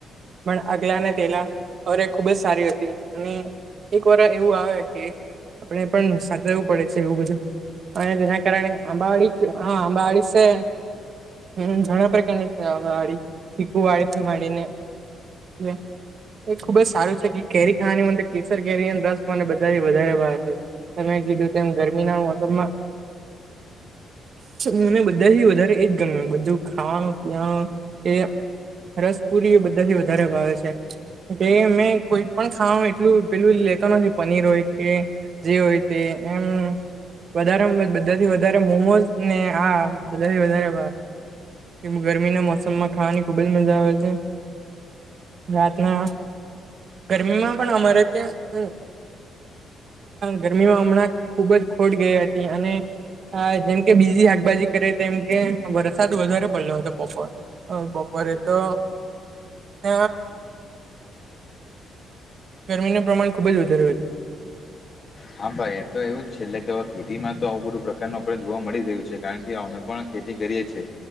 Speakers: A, on the right; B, on the left.
A: પણ આગલા ના તેલા અરે ખુબ જ સારી હતી અને એક વાર એવું આવે કે આપણે પણ સાચવવું પડે છે એવું બધું હ દના કારણે અંબાળિક હ અંબાળ છે હમ ઘણા પ્રકારની છે વાળી ચીકુ વાળીથી માંડીને એ એ ખુબ જ સારું છે કે કેરી ખાવાની મ કેસર કેરી દસ મને બધાથી વધારે ભાર છે તં કીધું તેમ ગરમીના મોસમમાં મને બધાથી વધારે એજ ગમ બધું ખાવાનું પીવાનું એ રસ પુરી એ બધાથી વધારે વાાવે છે કે મે કોઈ પણ ખા એટલું પેલું લેતો નથી પનીર હોય કે જે હોય તે એમ વધારે બધાથી વધારે મોમોઝ ને આ બધાથી વધારે કે ગરમીના મોસમમાં ખાવાની ખુબજ મજા આવે છે રાત ના ગરમીમાં પણ અમારે ત્યાં ગરમીમાં હમણાં ખુબ જ ખોટ ગઈ હતી અને હા જેમકે બીજી શાકભાજી કરે તેમમ કે વરસાદ વધારે પડલો હતો બપોર હ બપોરે તો હ ગરમીનું પ્રમાણ ખૂબ જ વધારે રહ છે
B: હા ભાઈ એ તો એવું જ છે એટલે કે ખેતીમાં તો આવુ બધું પ્રકારનું આપે જોવા મળી રહ્યું છે કારણ કે અમે પણ ખેતી કરીએ છીએ